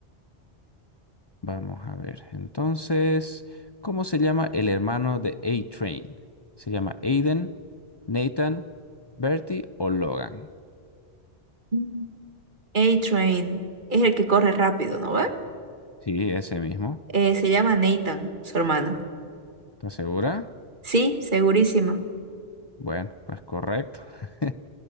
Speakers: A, on the left; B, on the right.
A: Vamos a ver. Entonces, ¿cómo se llama el hermano de A-Train? ¿Se llama Aiden, Nathan, Bertie o Logan?
B: Mm. A-Train es el que corre rápido, ¿no ve?
A: Sí, ese mismo.
B: Eh, se llama Nathan, su hermano.
A: ¿Estás segura?
B: Sí, segurísima.
A: Bueno, pues correcto. <laughs>